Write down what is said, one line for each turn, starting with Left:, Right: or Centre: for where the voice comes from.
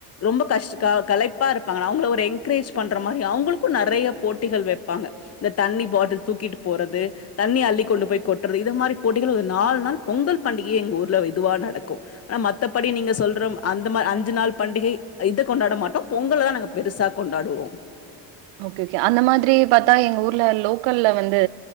Left: ரொம்ப கஷ்ட் க கலைப்பா இருப்பாங்க அவங்ள ஒரு என்க்ரேஜ் பண்ற மாரி அவங்களுக்கு நெறைய போட்டிகள் வெப்பாங்க இந்த தண்ணி பாட்டுல் தூக்கிட் போறது தண்ணி அள்ளி கொண்டு போய் கொட்றது இத மாரி போட்டிகள் ஒரு நாலு நாள் பொங்கல் பண்டிகைய எங்க ஊர்ல இதுவா நடக்கு அனா மத்தபடி நீங்க சொல்றம் அந்த மார் அஞ்சு நாள் பண்டிகை இத கொண்டாட மாட்டோ பொங்கல தா நாங்க பெருசா கொண்டாடுவோ
Right: ஓகே உகே அந்த மாத்ரி பாத்தா எங்க ஊர்ல லோக்கல்ல வந்து